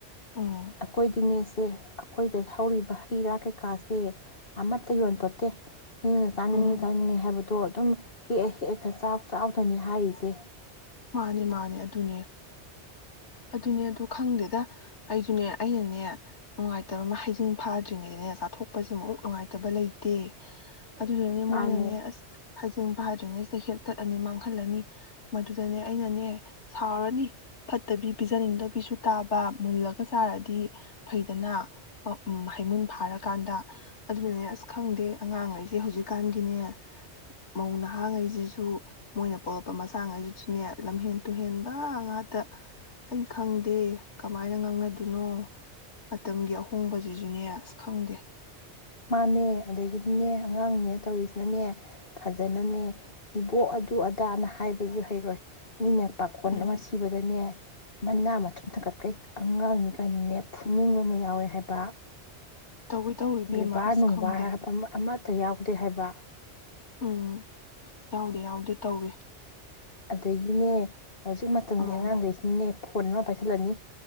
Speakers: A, on the left; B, on the left.
A: ꯎꯝ
B: ꯑꯩꯈꯣꯏꯗꯤꯅꯦꯁꯤ ꯁꯦ ꯑꯩꯈꯣꯏꯗ ꯍꯧꯔꯤꯕ ꯍꯩ - ꯔꯥ ꯀꯩꯀꯥꯁꯦ ꯑꯃꯠꯇ ꯌꯣꯟꯄꯣꯠꯇꯦ ꯏꯅ ꯆꯥꯅꯤꯡꯉꯤ
A: ꯎꯝ
B: - ꯆꯥꯅꯤꯡꯉꯤ ꯍꯥꯏꯕꯗꯣ ꯑꯗꯨꯝ ꯍꯦꯛꯑ ꯍꯦꯛꯑꯒ ꯆꯥꯎ ꯆꯥꯎꯗꯅꯤ ꯍꯥꯏꯔꯤꯁꯦ
A: ꯃꯥꯅꯦ ꯃꯥꯅꯦ ꯑꯗꯨꯅꯦ ꯑꯗꯨꯅꯦ ꯑꯗꯨ ꯈꯪꯗꯦꯗ ꯑꯩꯁꯨꯅꯦ ꯑꯩꯅꯅꯦ ꯅꯨꯡꯉꯥꯏꯇꯕ ꯑꯃ ꯍꯩꯖꯤꯡ ꯐꯥꯗ꯭ꯔꯤꯉꯩꯗꯅꯦ ꯆꯥꯊꯣꯛꯄꯁꯤꯃꯨꯛ ꯅꯨꯡꯉꯥꯏꯇꯕ ꯂꯩꯇꯦ ꯑꯗꯨꯗꯨꯅꯦ
B: ꯃꯥꯅꯦ
A: ꯃꯣꯏꯅꯅꯦ ꯑꯁ ꯐꯥꯗ꯭ꯔꯤꯉꯩꯁꯤꯗ ꯍꯦꯛꯛꯇꯠꯂꯅꯤ ꯃꯥꯡꯍꯜꯂꯅꯤ ꯑꯗꯨꯗꯅꯦ ꯑꯩꯅꯅꯦ ꯁꯥꯎꯔꯅꯤ ꯐꯠꯇꯕꯤ ꯄꯤꯖꯅꯤꯡꯗꯕꯤꯁꯨ ꯇꯥꯕ ꯃꯨꯜꯂꯒ ꯆꯥꯔꯗꯤ ꯐꯩꯗꯅ ꯍꯩꯃꯨꯟ ꯐꯥꯔꯀꯥꯟꯗ ꯑꯗꯨꯅꯅꯦ ꯑꯁ ꯈꯪꯗꯦ ꯑꯉꯥꯡꯉꯩꯁꯦ ꯍꯧꯖꯤꯛꯀꯥꯟꯒꯤꯅꯦ ꯃꯧ ꯅꯍꯥꯡꯉꯩꯁꯤꯁꯨ ꯃꯣꯏꯅ ꯄꯣꯛꯂꯛꯄ ꯃꯆꯥꯉꯩꯗꯨ ꯁꯨꯅꯦ ꯂꯝꯍꯦꯟ ꯇꯨꯍꯦꯟꯕ ꯉꯥꯛꯇ ꯑꯩ ꯈꯪꯗꯦ ꯀꯃꯥꯏꯅ ꯉꯥꯡꯅꯗꯣꯏꯅꯣ ꯃꯇꯝꯒꯤ ꯑꯍꯣꯡꯕꯁꯤꯁꯨꯅꯦ ꯑꯁ ꯈꯪꯗꯦ
B: ꯃꯥꯅꯦ ꯑꯗꯒꯤꯗꯤꯅꯦ ꯑꯉꯥꯡꯅꯦ ꯇꯧꯔꯤꯁꯤꯅꯅꯦ ꯐꯖꯅꯅꯦ ꯏꯕꯣꯛ ꯑꯗꯨ ꯑꯗꯥꯅ ꯍꯥꯏꯕꯁꯨ ꯍꯩꯔꯣꯏ ꯃꯤꯅ ꯄꯥꯈꯣꯟ
A: ꯎꯝ
B: ꯑꯃ ꯁꯤꯕꯗꯅꯦ ꯃꯅꯥ ꯃꯊꯨꯝ ꯊꯛ ꯀꯠꯀꯩ ꯑꯉꯥꯡꯅꯤ ꯀꯥꯏꯅꯅꯦ ꯐꯨꯅꯤꯡꯕ ꯑꯃ ꯌꯥꯎꯋꯦ ꯍꯥꯏꯕ
A: ꯇꯧꯋꯤ ꯇꯧꯋꯤ ꯏꯕꯦꯝꯃ
B: ꯕ‌ꯦꯕꯥꯔ
A: ꯑꯁ
B: ꯅꯨꯡꯕꯥꯔ
A: ꯈꯪꯗꯦ
B: ꯍꯥꯕ ꯑꯃꯠ ꯇ ꯌꯥꯎꯗꯦ ꯍꯥꯏꯕ
A: ꯎꯝ ꯌꯥꯎꯗ‌ꯦ ꯌꯥꯎꯗꯦ ꯇꯧꯔꯤ
B: ꯑꯗꯒꯤꯅꯦ ꯍꯧꯖꯤꯛ ꯃꯇꯝꯒꯤ
A: ꯑꯥ
B: ꯑꯉꯥꯡꯈꯩꯁꯤꯅꯅꯦ ꯐꯣꯟ ꯑꯃ ꯄꯥꯏꯁꯤꯜꯂꯅꯤ